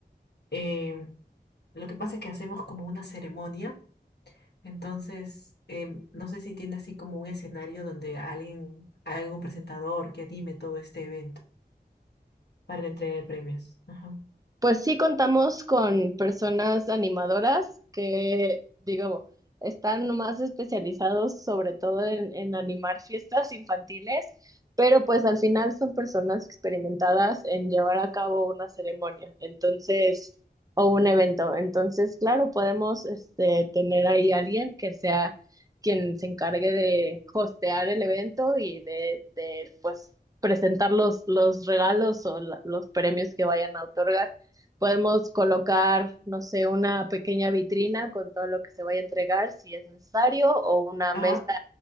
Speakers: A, on the left (about 70°); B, on the right (about 20°).
A: em, lo que pasa es que hacemos como una ceremonia, entonces em, no sé si tiene así como un escenario donde alguien, algún presentador que anime todo este evento para la entrega de premios. Ajá.
B: Pues sí contamos con personas animadoras que, digo, están más especializados sobre todo en, en animar fiestas infantiles, pero pues al final son personas experimentadas en llevar a cabo una ceremonia, entonces, o un evento. Entonces, claro, podemos este, tener ahí alguien que sea quien se encargue de hostear el evento y de, de pues, presentar los, los regalos o la- los premios que vayan a otorgar. Podemos colocar, no sé, una pequeña vitrina con todo lo que se vaya a entregar si es necesario, o una
A: Ajá.
B: mesa,